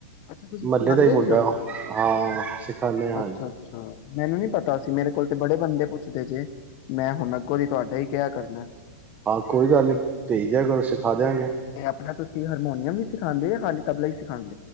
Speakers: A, on the left; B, on the right.
A: ਅੱਛਾ ਤੁਸੀਂ
B: ਮਹੱਲੇ
A: ਸਿਖਾਦੇ
B: ਦਾ ਹੀ ਮੁੰਡਾ
A: ਵੀ ਹੋ
B: ਉਹ ਹਾਂ ਸਿਖਾਨੇ ਹਾਂ
A: ਅੱਛਾ-ਅੱਛਾ ਮੈਨੂੰ ਨੀ ਪਤਾ ਸੀ ਮੇਰੇ ਕੋਲ ਤੇ ਬੜੇ ਬੰਦੇ ਪੁੱਛਦੇ ਜੇ ਮੈਂ ਹੁਣ ਅੱਗੋਂ ਦੀ ਤੁਹਾਡਾ ਹੀ ਕਿਆ ਕਰਨਾ।
B: ਹਾਂ ਕੋਈ ਗੱਲ ਨੀ ਭੇਜ ਦਿਆ ਕਰੋ ਦਿਆਂਗੇ
A: ਤੇ ਆਪਣਾ ਤੁਂ ਹਾਰਮੋਨੀਅਮ ਵੀ ਸਿਖਾਂਦੇ ਹੋ ਜਾਂ ਖਾਲੀ ਤਬਲਾ ਹੀ ਸਿਖਾਂਦੇ ਹੋ